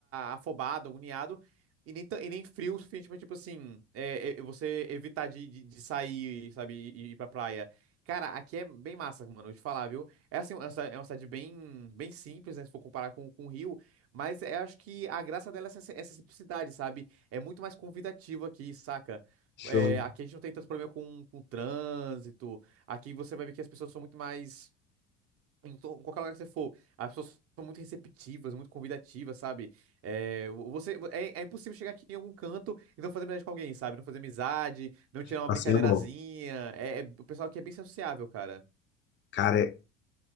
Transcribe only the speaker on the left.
Show.
Passeio
é bom.
Cara,